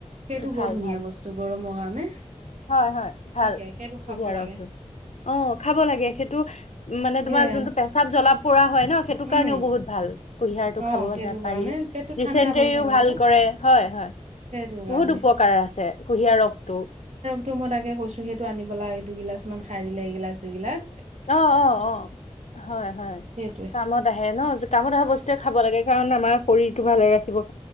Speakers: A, on the right; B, on the left.
A: সেইটো
B: ভাল
A: বৰ ধুনীয়া
B: ভাল
A: বস্তু গৰমৰ কাৰণে
B: হয় হয় ভাল
A: তাকে সেইটো
B: কুহীয়া
A: খাব লাগে
B: ৰসটো অ খাব লাগে সেইটো মানে
A: সেয়াই
B: তোমাৰ যোনটো পেচাব জ্বলাব পৰা হয় ন সেইটো কাৰণেও
A: উম
B: বহুত ভাল কুঁহিয়াৰটো
A: অ
B: খাব
A: সেইটো কাৰণে
B: পাৰিলে
A: পেটটো ঠাণ্ডা
B: দিষ্টেৰীন্টও
A: পৰি থাকে
B: ভাল
A: যে
B: কৰে হয় হয়
A: সেইটো কাৰণে
B: বহুত উপকাৰ আছে কুঁহিয়াৰ ৰসটো
A: ত মই তাকে কৈছো সেইটো আনিব লাগে দুগিলাচ মান খাই দিলে এইগিলাচ দুই গিলাচ
B: অ অ অ হয় হয়
A: সেইটোৱে
B: কামত আহে ন কামত আহা ব স্তুৱে খাব লাগে কাৰণ আমাৰ শৰীৰটো ভালে ৰাখিব